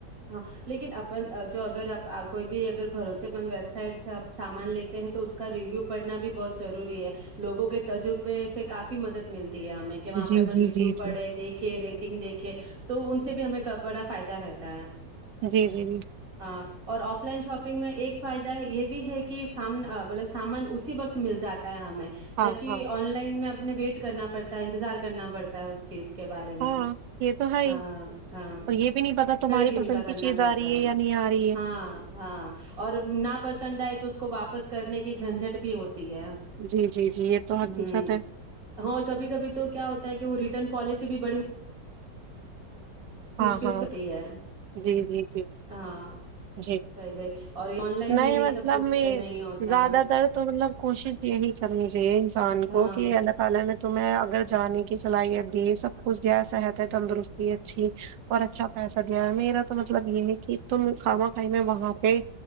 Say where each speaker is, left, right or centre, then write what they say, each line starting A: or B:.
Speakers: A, on the right; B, on the right.
A: ہاں لیکن اپن جو اگر آپ کوئی بھی اگر بھروسے مند ویب سائٹ سے آپ سامان لیتے ہیں تو اس کا ریویو پڑھنا بھی بہت ضروری ہے لوگوں کے تجربے سے کافی مدد ملتی ہمیں کہ وہاں
B: جی
A: پہ اپن
B: جی
A: ریویو
B: جی
A: پڑھے
B: جی
A: دیکھے ریٹنگ دیکھے تو ان سے بھی ہمیں کا بڑا فائدہ رہتا ت
B: جی جی جی
A: ہاں اور آف لائن شاپ گ میں ایک فائدہ یہ بھی ہے کہ س مطلب سامان اسی وقت مل جاتا ہمیں
B: ہاں
A: جبک
B: ہاں
A: آن لائن میں اب اپنے ویٹ کرنا پڑتا ہے انتظار کرنا پڑتا ہے اس چیز کا کے بارے
B: ہاں
A: میں
B: یہ تو ہے
A: ہاں
B: ہی
A: ہاں
B: اور یہ بھی نہیں پتا تمہاری
A: کئی دن
B: پسند
A: کا کرنا
B: کی چیز
A: پڑتا
B: آ رہی
A: ہے
B: یا نہیں آ رہی ہے
A: ہاں ہاں اور نا پسند آئے تو اس کو واپس کر نے کی جھنجٹ بھی ہوتی ہے ہ
B: جی جی جی یہ تو حقیقت ہے
A: ہاں اور کبھی کبھی تو کیا ہوتا ہے کہ وہ ریٹرن پالیسی بھی بڑی
B: ہاں
A: مشکل
B: ہاں
A: ستی ہے
B: جی جی جی
A: ہاں
B: جی
A: وہی وہی اور آن لائن
B: نہیں
A: میں یہ
B: مطلب
A: سب کچھ
B: میں
A: نہیں ہوتا
B: زیادہ تر تو مطلب کوشش یہی کر رہے اے انسان کو
A: ہاں
B: کہ اللہ تعالی نے تو میں اگر جانے کی صلاحیت دی سب کچھ دیا صحت ہے تندرستی اچھی اور اچھا پیسہ دیا ہے میرا تو مطلب یہ ہے کہ تم کھانا کھائی میں وہاں پہ